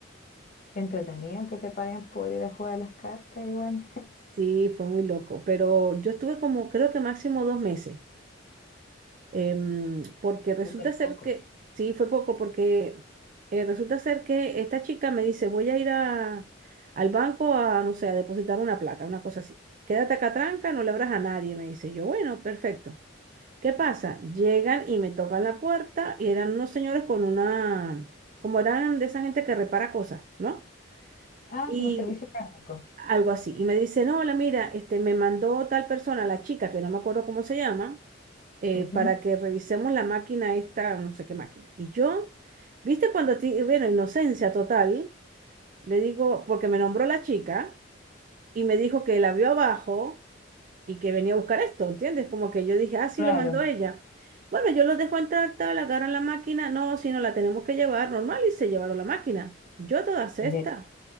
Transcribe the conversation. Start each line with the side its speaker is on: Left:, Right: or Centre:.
Left: Qué entretenido que te paguen por ir a jugar a las cartas, igual.
Right: Sí, fue muy loco, pero yo estuve como creo que máximo dos meses. Em, porque resulta
Left: Súper
Right: ser
Left: poco.
Right: que, sí, fue poco, porque eh, resulta ser que esta chica me dice, voy a ir a, al banco a, no sé, a depositar una plata, una cosa así. Quédate acá tranca, no le abras a nadie, me dice. Yo, bueno, perfecto. ¿Qué pasa? Llegan y me tocan la puerta y eran unos señores con una, como eran de esa gente que repara cosas, ¿no?
Left: Ah,
Right: Y
Left: como servicio técnico.
Right: algo así. Y me dice, no, hola, mira, este, me mandó tal persona, la chica, que no me acuerdo cómo se llama eh,
Left: Ujú,
Right: para que revisemos la máquina esta, no sé qué máquina. Y yo, viste cuando, ti- bueno, inocencia total, le digo, porque me nombró la chica y me dijo que la vio abajo y que venía a buscar esto, ¿entiendes? Como que yo dije, ah, sí,
Left: Claro.
Right: lo mandó ella. Bueno, yo los dejo entrar, tal, agarran la máquina, no, si no la tenemos que llevar, normal, y se llevaron la máquina. Yo a todas
Left: ¿Y
Right: estas,
Left: ¿De,